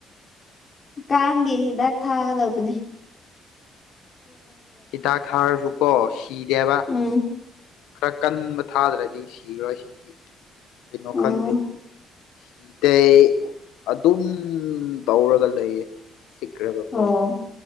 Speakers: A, on the left (about 40°); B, on the left (about 85°).
A: ꯀꯥꯡꯒꯤꯦ ꯍꯤꯗꯥꯛ ꯊꯥꯒꯗꯧꯕꯅꯦ
B: ꯁꯤꯇꯥ ꯈꯥꯔꯁꯨꯨꯀ ꯁꯤꯗꯦꯕ
A: ꯎꯝ
B: ꯈꯔ ꯀꯟꯕ ꯊꯥꯗ꯭ꯔꯗꯤ ꯁꯤꯔꯣꯏ ꯁꯤꯗꯤ ꯀꯩꯅꯣ
A: ꯎꯝ
B: ꯈꯪꯗꯦ ꯁꯤꯗꯩ ꯑꯗꯨꯝ ꯇꯧꯔꯒ ꯂꯩꯌꯦ ꯁꯤꯛ꯭ꯔꯒꯀꯣ
A: ꯑꯣ